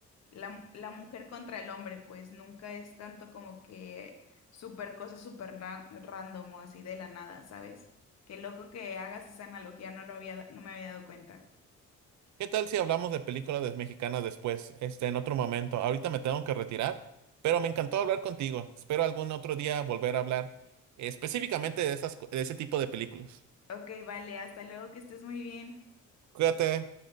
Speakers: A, on the left; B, on the right.
A: la, la mujer contra el hombre, pues nunca es tanto como que súper cosa súper ra- random o así de la nada, ¿sabes? Qué loco que hagas esa analogía, no lo había, no me había dado cuenta.
B: ¿Qué tal si hablamos de películas des- mexicanas después, este, en otro momento? Ahorita me tengo que retirar, pero me encantó hablar contigo. Espero algún otro día volver a hablar específicamente de esas, co- de ese tipo de películas.
A: Ok, vale, hasta luego, que estés muy bien.
B: Cuídate.